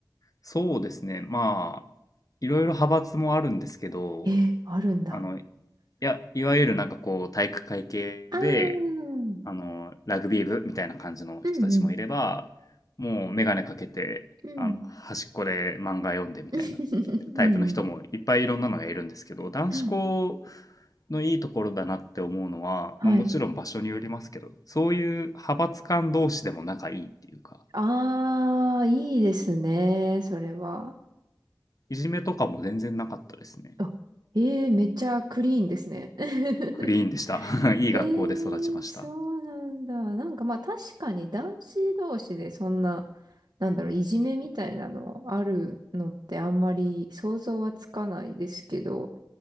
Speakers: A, on the left (about 55°); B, on the right (about 65°).
A: そうですね、まあ、いろいろ派閥もあるんですけど、
B: え、あるんだ。
A: あの、いや、いわゆるなんかこう、体育会系で、
B: ああ、うん
A: あの、ラグビー部みたいな感じの人たちもいれば、
B: うん、
A: もう眼鏡かけて、
B: うん。
A: あの、端っこで漫画読んでみたいな
B: <laughs>
A: タイプの人もいっぱいいろんなのがいるんですけど、
B: うん。
A: 男子校
B: <laughs> はい。
A: のいいところだなって思うのは、
B: はい
A: まあもちろん場所によりますけど、そういう派閥間同士でも仲いいっていうか、
B: ああ、いいですね、それは。
A: いじめとかも全然なかったですね。
B: あ、ええめっちゃクリーンですね。<laughs>
A: クリーンでした。<laughs> いい学校で育ちました。
B: ええそうなんだ。なんかまあ確かに男子同士でそんな、なんだろう、いじめみたいなのあるのってあんまり想像はつかないですけど、